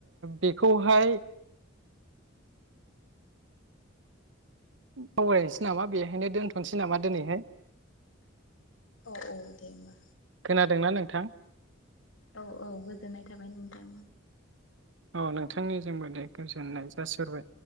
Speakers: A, on the right (about 65°); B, on the left (about 75°).
A: बेखौहाय <inaudible> नामा बेहाय दोनथ'सैमा दिनैहाय
B: औ औ दे होमबा।
A: खोनादोंना नोंथां।
B: औ औ गोजोननाय थाबाय नोंथां।
A: औ नोंथांनिसिमबो दे गोजोननाय जासबाय।